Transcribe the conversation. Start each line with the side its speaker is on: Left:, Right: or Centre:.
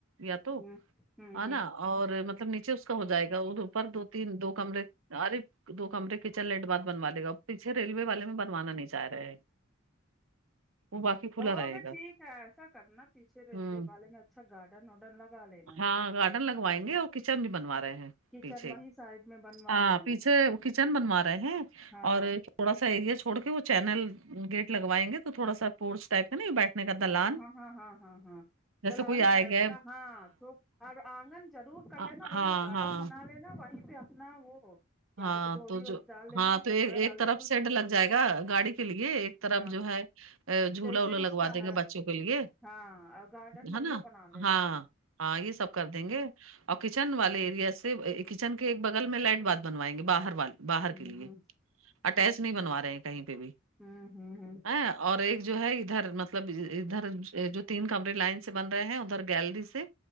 Right: یا تو
Centre: ہ ہ
Right: ہے اور مطلب نیچے اس کا ہو جائے گا اوپر دو تین دو کمرے ارے دو کمرے کچن لیٹ بعد بنوا لے گا پیچھے ریلوے والے میں بنوانا نہیں چاہ رہے ہیں وہ باقی کھلا
Centre: ہم
Right: رہے
Centre: اوکے
Right: گا
Centre: ٹھیک ہے ایسا کرنا پیچھے ریلوے
Right: ہوں
Centre: والے میں اچھا گارڈن وڈن لگالے نا
Right: ہاں گارڈن لگوائیں گے اور کچن بھی بنوا رہے ہیں
Centre: کچن
Right: پیچھے
Centre: وہیں سائڈ میں بنوا
Right: ہاں
Centre: لینا
Right: پیچھے کچن بنوا رہے ہیں
Centre: ہاں
Right: اور تھوڑا سا ایریا چھڑ کے وہ چینل گیٹ لگوائیں گے تو تھوڑا سا پورٹس ٹائپ ہے نا بیٹھنے کا دلان
Centre: ہاں ہاں ہاں ہاں ہاں ہاں ہاں
Right: جیسے
Centre: دلان
Right: کوئی آئے
Centre: ٹائپ
Right: گئے
Centre: کا ہاں تو اب انگن ضرور کر
Right: آ-
Centre: لے نا
Right: ہاں
Centre: بڑھیا گارڈن
Right: ہاں
Centre: بنال نا وہیں پہ اپنا وہ
Right: ہاں
Centre: بولتے ڈوری
Right: تو
Centre: ووری
Right: جو
Centre: ڈال لینا
Right: ہاں تو
Centre: کپڑا
Right: ایک ایک
Centre: ڈالنے
Right: طرف
Centre: کو
Right: سیڈ
Centre: جا
Right: لگ جائے گا گاڑی کے لیے ایک طرف
Centre: ہاں
Right: جو ہے ا جھولا
Centre: جیسے
Right: ولا
Centre: اس
Right: لگا
Centre: کا
Right: دیں
Centre: ہے
Right: گے بچوں کے لیے
Centre: ہاں اور گارڈن بڑھیا
Right: ہے نا
Centre: بنا لینا
Right: ہاں ہاں یہ سب کر دیں گے اور کچن والے ایریا سے کچن کے ایک بگل میں لائٹ بعد بنوائیں گے باہر والے باہر
Centre: ہ ہ
Right: کے لیے
Centre: ہ
Right: اٹیچ نہیں بنوا رہے ہیں کہیں پہ بھی
Centre: ہم ہم ہم
Right: ا اور ایک جو ہے ادھر مطلب ادھر جو تین کمرے لائن سے بن رہے ہیں ادھر گیلری سے